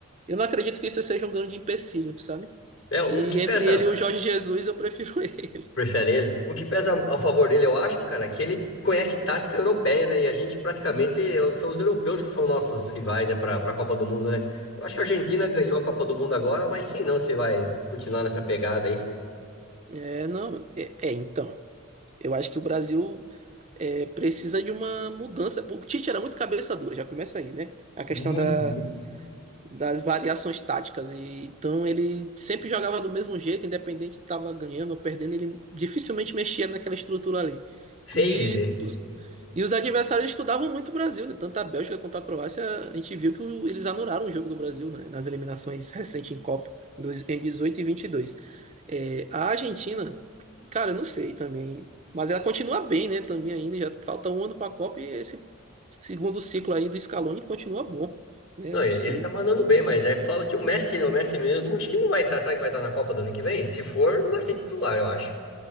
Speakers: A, on the right; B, on the left.
A: eu não acredito que isso seja um grande empecilho, sabe?
B: É, o
A: E
B: que peça.
A: entre ele e o Jorge Jesus, eu prefiro <laughs> ele.
B: Prefere ele. O que pesa ao favor dele, eu acho, cara, é que ele conhece tática europeia, né? E a gente praticamente eu- são os europeus que são nossos rivais, né, para a Copa do Mundo, né? Eu acho que a Argentina ganhou a Copa do Mundo agora, mas sei não se vai continuar nessa pegada aí.
A: É, não. É, é, então. Eu acho que o Brasil é, precisa de uma mudança. O Tite era muito cabeça dura, já começa aí, né? A questão
B: Muito,
A: da
B: muito.
A: das variações táticas. E, então ele sempre jogava do mesmo jeito, independente se estava ganhando ou perdendo, ele dificilmente mexia naquela estrutura ali.
B: Feio
A: E,
B: de ver.
A: e os adversários estudavam muito o Brasil, né? tanto a Bélgica quanto a Croácia, a gente viu que o- eles anularam o jogo do Brasil né? nas eliminações recentes em Copa, em dois- em 18 e 22. É, a Argentina, cara, eu não sei também, mas ela continua bem, né? Também ainda, já falta um ano para a Copa e esse segundo ciclo aí do Scaloni continua bom, né?
B: Não,
A: Eu não
B: ele
A: sei.
B: ele tá mandando bem, mas é que fala que o Messi, não O Messi mesmo, acho que não vai estar. Será que vai estar na Copa do ano que vem? Se for, não vai ser titular, eu acho.